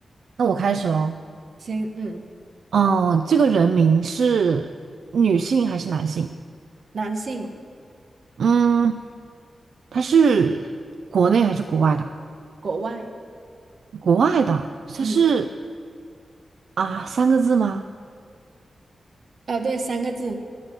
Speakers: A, on the right (about 75°); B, on the right (about 55°).
A: 那我开始喽。
B: 行，嗯，
A: 哦，这个人名是女性还是男性？
B: 男性，
A: 嗯，他是国内还是国外的？
B: 国外，
A: 国外的，他是
B: 嗯，
A: 啊，三个字吗？
B: 哦，对，三个字，